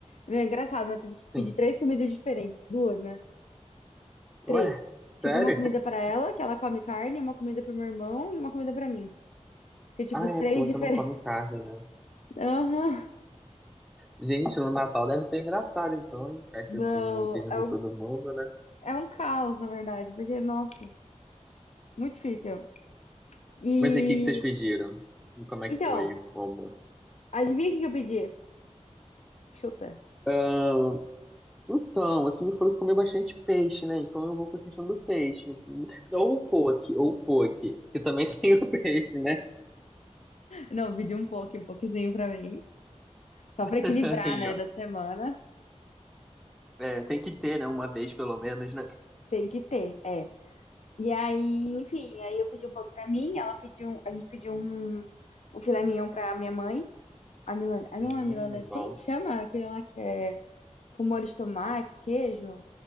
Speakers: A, on the left; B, in the centre.
A: É engraçado, né? Tive que pedir
B: Sim.
A: três comidas diferentes, duas, né?
B: Ué,
A: Três.
B: sério?
A: Tipo, uma comida
B: <laughs>
A: pra ela, que ela come carne, uma comida pro meu irmão e uma comida pra mim. Que, tipo,
B: Ah,
A: os três
B: é porque você
A: diferentes.
B: não come carne, né?
A: <laughs> Aham.
B: Gente, no Natal deve ser engraçado então, hein? Festa
A: Não,
B: assim, que junta
A: é um,
B: todo mundo, né?
A: é um caos, na verdade, porque, nossa, muito difícil. E,
B: Mas aí, o que que vocês pediram? E como é
A: então,
B: que foi o almoço?
A: adivinha o que que eu pedi? Chuta.
B: Ah, Então, você me falou que comeu bastante peixe, né? Então eu vou com a questão do peixe. <laughs> Ou o poke, ou o poke, que também <laughs> tem o peixe, né?
A: Não, eu pedi um pouco, um pouquinho pra mim. Só pra equilibrar,
B: <laughs> Aí,
A: né,
B: ó.
A: da semana.
B: É, tem que ter, né? Uma vez pelo menos, né?
A: Tem que ter, é. E aí, enfim, aí eu pedi um pouco pra mim, ela pediu, um- a gente pediu um, um filé mignon pra minha mãe. A milan Ah, não
B: Hum,
A: é milanesa.
B: bom.
A: Como que chama aquele lá que é com molho de tomate, queijo?